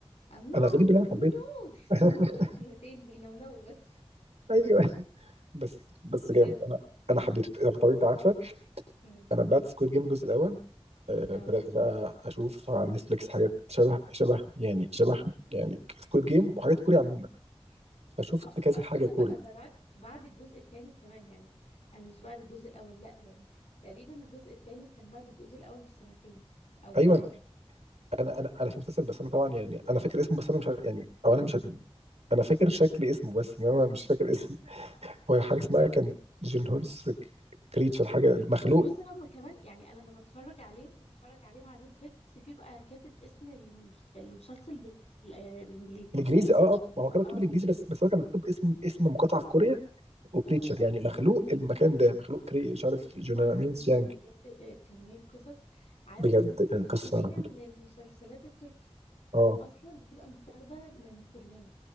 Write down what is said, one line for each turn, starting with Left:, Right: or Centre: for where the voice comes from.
Left: أو نو
Right: انا غريب ان انا
Left: نو
Right: حبيته
Left: نو نو تحس
Right: <laughs>
Left: إن هما بيقولوا كلمتين بينونوا بس
Right: ايوه بس بس
Left: بجد
Right: جامد انا انا حبيته طب طب انت عارف
Left: امم
Right: انا بعد سكويد جيم الجزء الاول آه،
Left: اه
Right: بدات بقى اشوف على نتفليكس حاجات شبه شبه يعني شبه يعني سكويد جيم وحاجات كوري عموما فشفت
Left: آه،
Right: كذا حاجه
Left: أنا
Right: كوري
Left: بقى بدأت بعد الجزء التاني كمان يعني أنا مش بعد الجزء الأول لأ يعني تقريبا الجزء التاني كان بعد الجزء الأول بسنتين أو ثلاثة
Right: ايوه انا انا انا في مسلسل بس انا طبعا يعني انا فاكر اسمه بس انا مش عارف يعني او انا مش عارف- انا فاكر شكل اسمه بس انما مش فاكر اسمه هو حاجه اسمها كان جون هونس كريتشر حاجه مخلوق
Left: بص هما كمان يعني انا لما بتفرج عليهم بتفرج عليهم على نتفليكس بيبقى كاتب اسم المس- المسلسل بال- آه، بالانجليزي
Right: الانجليزي
Left: فاهم
Right: اه اه ما هو كان مكتوب
Left: اه
Right: بالانجليزي بس بس هو كان مكتوب اسم اسم مقاطعه في كوريا وكريتشر
Left: اه اه
Right: يعني مخلوق المكان ده مخلوق كري مش عارف جون
Left: وعندهم
Right: هونس يانج
Left: بجد آه، كمية قصص عارف
Right: بجد
Left: 90%
Right: كانت قصه
Left: من المسلسلات التركي
Right: اه
Left: اصلا بتبقى متاخدة من الكوريين